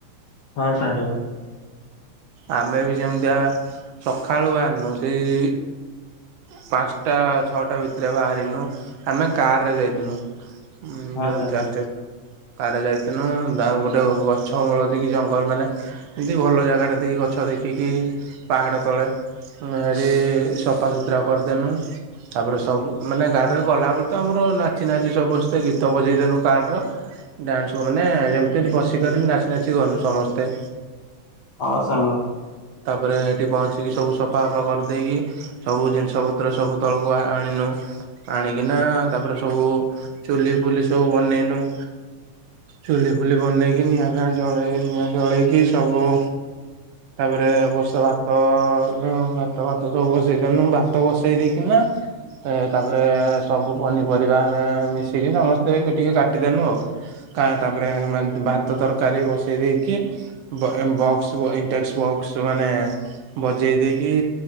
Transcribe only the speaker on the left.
ହଁ ସାଙ୍ଗ।
ହଁ
ସାଙ୍ଗ
ହଁ ସାଙ୍ଗ।
<inaudible>